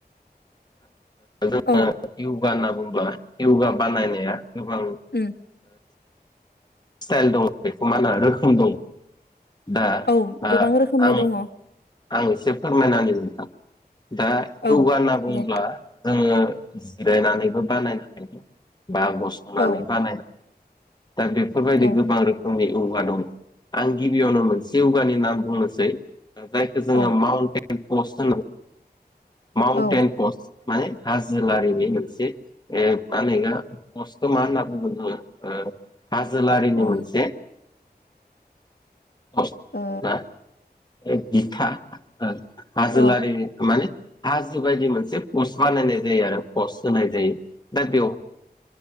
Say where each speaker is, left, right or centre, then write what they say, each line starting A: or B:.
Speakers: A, on the left (about 25°); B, on the left (about 75°).
A: जोङो
B: औ
A: यगा होनना बुंुङोब्ला यगा बानायनाया गोबां
B: उम
A: स्टाइल दङ बेखौ माो रोखोम दङ। दा
B: औ
A: आं
B: गोबां रोखोमनि दङ
A: आं एसे फोरमायनानै मोनथां दा
B: औ
A: यगा होनना बुङोब्ला
B: दे
A: जोङो जिरायनानैबो बानायनो हायो बा गसंनानै
B: औ
A: बानायनो हायो। दा बेफोरबायदि
B: औ
A: गोबां रोखोम आंनि यगा दं आं गिबियावनो मोनसे यगानि नाम बुंनोसै जायखौ जोङो
B: औ
A: माउन्टेन पस्ट होन माउन्टेन
B: औ
A: पस्ट माने हाजोोलारिनि मोनसे मा होनोा पस्टखौ मा होनना बुङो जोङो हाजो लारिनि
B: ओम
A: मोनसे पस्ट
B: अ
A: ना बिथा हाजोलारि
B: औ
A: माने हाज हाजो बायदि मोनसे पस्त बानायनाय जायो। संनानै